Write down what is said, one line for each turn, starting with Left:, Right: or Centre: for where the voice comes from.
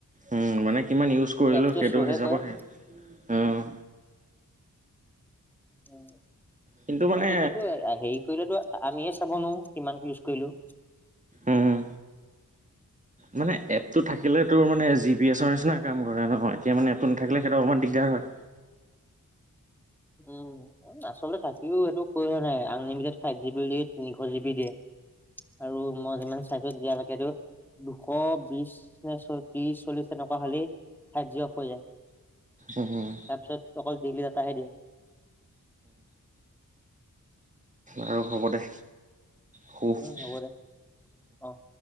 Right: উম, মানে কিমান ইউজ কৰিলোঁ,
Centre: এপটোৱে
Right: সেইটো
Centre: শ্ব'হে
Right: হিচাপত
Centre: কৰে
Right: উম
Centre: উম
Right: কিন্তু মানে
Centre: এইটো সেইটো আৰু, হেৰি কৰিলেতো আমিহে চাবনো, কিমান ইউজ কৰিলো।
Right: উম, মানে এ তোৰ থাকিলে তোৰ মানে জি পি এছৰ নিচিনা কাম কৰে ন এতিয়া মানে এপটো নাথাকিলে সিহঁতৰ অকমান দিগদাৰ হয়।
Centre: উম, আচলতে থাকিও সেইটো কৈও নাই আনলিমিটেড ফাইভ জি বুলি তিনিশ জি বি দিয়ে আৰু মই যিমান চাইছো দিয়া লেকে টো দুশ বিশ নে ত্ৰিশ চল্লিশ এনেকুৱা হ'লে ফাইভ জি অফ হৈ যায়
Right: উম,
Centre: তাৰ পিছত অকল ডেইলি ডাটাহে দিয়ে।
Right: আৰু হ'ব দে। শু
Centre: উম, হ'ব দে অ'।